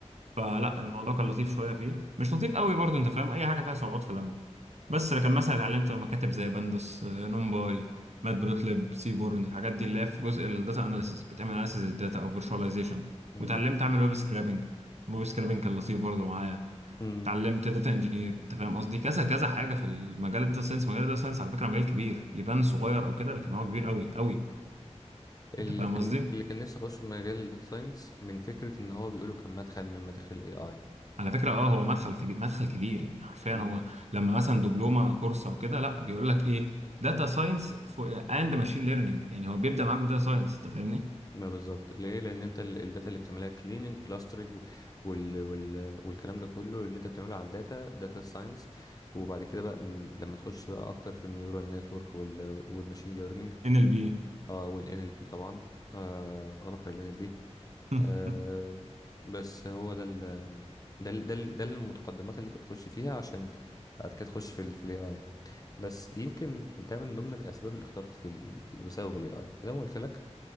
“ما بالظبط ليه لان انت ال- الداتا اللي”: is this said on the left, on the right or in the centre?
Left